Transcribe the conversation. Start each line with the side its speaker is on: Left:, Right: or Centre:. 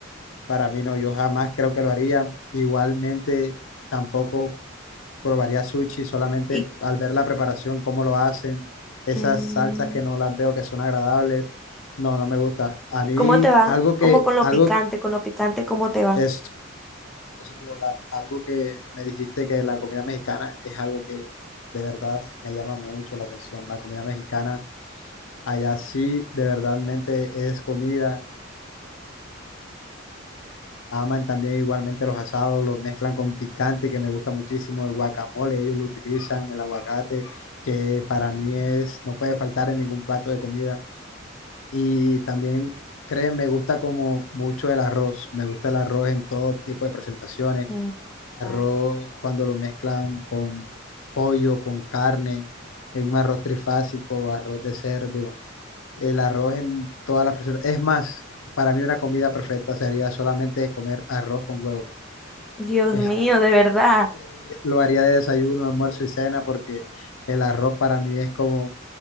Left: para mí no, yo jamás creo que lo haría. Igualmente tampoco probaría sushi, solamente
Centre: ¿Y,
Left: al ver la preparación, cómo lo hacen, esas
Centre: mm,
Left: salsas que no las veo que son agradables. No, no me gusta. A
Centre: ¿y
Left: mí
Centre: cómo te va?
Left: algo que,
Centre: Como con lo
Left: algo
Centre: picante, con lo picante, ¿cómo te va?
Left: eso eso te iba a hablar. Algo que me dijiste que la comida mexicana es algo que de verdad me llama mucho la atención. La comida mexicana, allá sí, de verdadmente es comida. Aman también igualmente los asados, los mezclan con picante, que me gusta muchísimo, el guacamole, ellos lo utilizan, el aguacate, que para mí es, no puede faltar en ningún plato de comida. Y también, creen, me gusta como mucho el arroz, me gusta el arroz en todo tipo de presentaciones
Centre: Mm,
Left: arroz
Centre: vale.
Left: cuando lo mezclan con pollo, con carne, en un arroz trifásico, arroz de cerdo, el arroz en todas las presentaciones. Es más, para mí una comida perfecta sería solamente comer arroz con huevo.
Centre: Dios
Left: Es
Centre: mío,
Left: algo que
Centre: de
Left: me-
Centre: verdad.
Left: eh, lo haría de desayuno, almuerzo y cena porque el arroz para mí es como,